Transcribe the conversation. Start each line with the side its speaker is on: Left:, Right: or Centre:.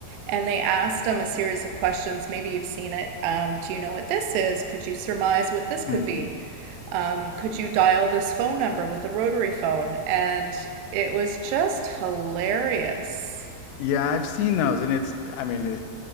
Right: And they asked them a series of questions. Maybe you've seen it. Um, do you know what this is? Could you surmise what this could
Left: hmm
Right: be? Um, could you dial this phone number with a rotary phone? And it was just hilarious.
Left: Yeah, I've seen those, and it's. I mean, it